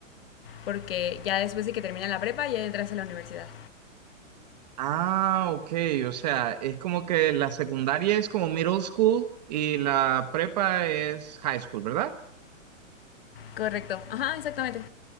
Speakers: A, on the left; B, on the right.
A: porque ya después de que termina la prepa ya entras a la universidad.
B: Ah, ok, o sea, es como que la secundaria es como middle school y la prepa es high school, ¿verdad?
A: Correcto, ajá, exactamente.